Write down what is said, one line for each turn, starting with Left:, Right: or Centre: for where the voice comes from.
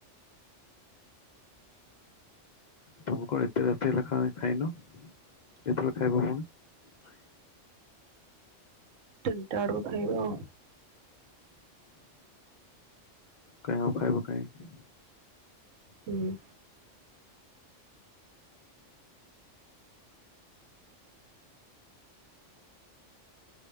Left: ତମେ କଣ ଏତେ ରାତି ହେଲା ଖାଇ ଖାଇନ, କେତେ ବେଳେ ଖାଇବ ପୁଣି।
Right: ଟେନ୍। ଟା ଆଡୁକୁ ଖାଇବା ଆଉ।
Left: କାଇଁ ଆଉ ଖାଇବା। କାଇଁ କି।
Right: ହୁଁ।